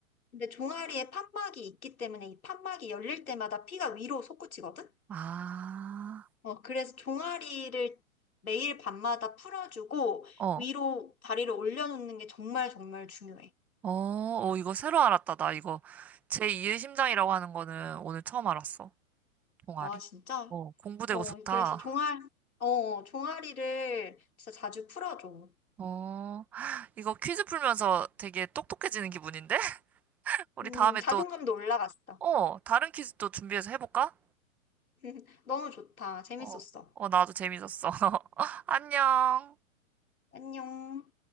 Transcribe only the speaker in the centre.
아,
어, 어,
어, 어, 이거 새로 알았다. 나 이거 제2의 심장이라고 하는 거는 오늘 처음 알았어. 종아리.
어, 공부되고
좋다.
어, 이거 퀴즈 풀면서 되게 똑똑해지는 기분인데? <laughs> 우리
다음에
또,
어, 다른 퀴즈 또 준비해서 해볼까?
어, 어, 나도 재밌었어. <laughs> 안녕.